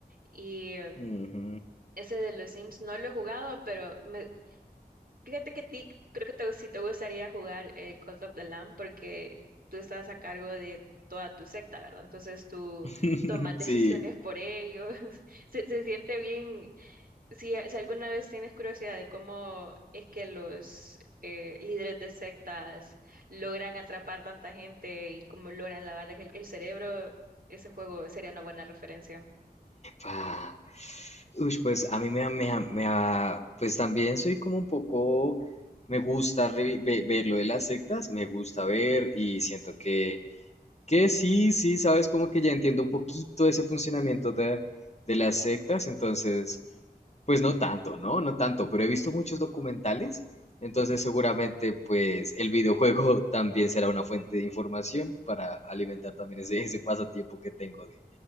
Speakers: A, on the right; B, on the left.
A: Y eh,
B: Ujú.
A: ese de los Sims no lo he jugado, pero me, fíjate que ti, creo que te, sí te gustaría jugar eh, Cult of the Lamb porque tú estás a cargo de toda tu secta, ¿verdad? Entonces tú
B: <laughs>
A: tomas decisiones
B: Sí.
A: por ellos. <laughs> Se, se siente bien si, eh, si alguna vez tienes curiosidad de cómo es que los eh, líderes de sectas logran atrapar tanta gente y cómo logran lavarles el, el cerebro, ese juego sería una buena referencia.
B: Ah, uy, pues a mí me, ha- me, ha- me ha- pues también soy como un poco, me gusta revi- ve- ver lo de las sectas, me gusta ver y siento que, que sí, sí, sabes, como que ya entiendo un poquito ese funcionamiento de, de las sectas, entonces pues no tanto, ¿no? No tanto, pero he visto muchos documentales, entonces seguramente pues el videojuego <laughs> también será una fuente de información para alimentar también ese, ese pasatiempo que tengo de,